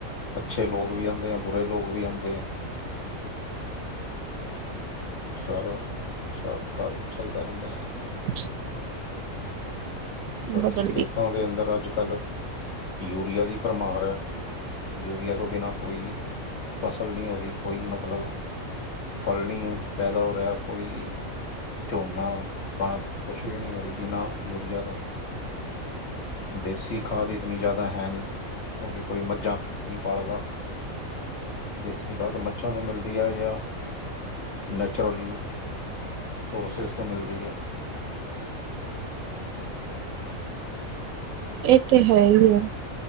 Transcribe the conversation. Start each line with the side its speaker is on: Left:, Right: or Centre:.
Left: ਅੱਛੇ ਲੋਕ ਵੀ ਆਉਂਦੇ ਆ ਬੁਰੇ ਲੋਕ ਵੀ ਆਉਂਦੇ ਆ। ਸਾਰਾ ਹਿਸਾਬ ਕਿਤਾਬ ਚੱਲਦਾ ਰਹਿੰਦਾ ਹੈਵੇ
Right: ਹ <unintelligible>
Left: ਬਾਕੀ
Right: ਬਦਲਦੀ
Left: ਖੇਤਾਂ ਦੇ ਅੰਦਰ ਅੱਜ ਕੱਲ੍ਹ ਯੂਰੀਆ ਦੀ ਭਰਮਾਰ ਹੈ ਯੂਰੀਆ ਤੋਂ ਬਿਨਾਂ ਕੋਈ ਫਸਲ ਨਹੀ ਹੋ ਰਹੀ ਕੋਈ ਮਤਲਬ ਫਲ ਨਹੀ ਪੈਦਾ ਹੋ ਰਿਹਾ ਕੋਈ। ਝੋਨਾ ਕਣਕ ਕੁਛ ਵੀ ਨਹੀਂ ਹੋ ਰਹੀ ਬਿਨਾਂ ਯੂਰੀਆ ਤੋਂ। ਦੇਸੀ ਖਾਦ ਇਤਨੀ ਜ਼ਿਆਦਾ ਹੈ ਨਹੀ ਕਿਉਂਕਿ ਕੋਈ ਮੱਝਾਂ ਨਹੀਂ ਪਾਲਦਾ। ਦੇਸੀ ਖਾਦ ਮਜਾ ਤੋਂ ਮਿਲਦੀ ਹੈ ਜਾਂ ਨੈਚੁਰਲ ਸੋਰਸਿਸ ਤੋਂ ਮਿਲਦੀ ਹੈ।
Right: ਇਹ ਤੇ ਹੈ ਹੀ ਹੈ।